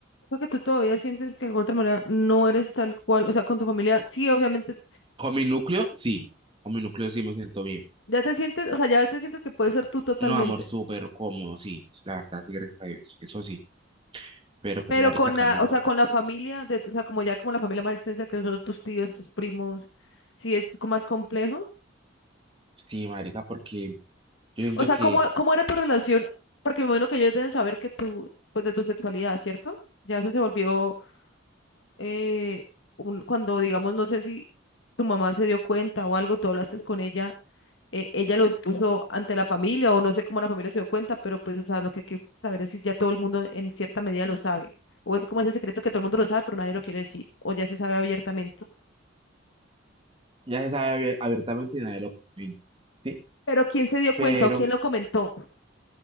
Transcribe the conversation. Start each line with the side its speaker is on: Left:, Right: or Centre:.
Left: Porque tú todavía sientes que de alguna otra manera no eres tal cual, o sea, con tu familia, sí, obviamente,
Right: Con mi núcleo, sí, con mi núcleo sí me siento bien.
Left: ya te sientes, o sea, ya te sientes que puedes ser tú totalmente,
Right: No, amor, súper cómodo, sí, la verdad, sí, gracias a Dios, eso sí. Pero pues,
Left: pero
Right: marica,
Left: con
Right: cambio
Left: la, o
Right: cuando
Left: sea, con la familia, de, tu- o sea, como ya como la familia más extensa que son tus tíos, tus primos, sí es co- más complejo.
Right: Sí, marica, porque yo siento
Left: O sea,
Right: que
Left: ¿cómo, cómo era tu relación? Porque me imagino que ellos deben saber que tú, pues de tu sexualidad, ¿cierto? Ya eso se volvió eh, un, cuando, digamos, no sé si tu mamá se dio cuenta o algo, tú hablaste con ella, eh, ella lo expuso ante la familia o no sé cómo la familia se dio cuenta, pero pues, o sea, lo que hay que saber es si ya todo el mundo en cierta medida lo sabe. O es como ese secreto que todo el mundo lo sabe, pero nadie lo quiere decir, o ya se sabe abiertamente.
Right: ya se sabe abier- abiertamente y nadie lo comenta. ¿sí?
Left: Pero ¿quién se dio
Right: pero
Left: cuenta o quién lo comentó?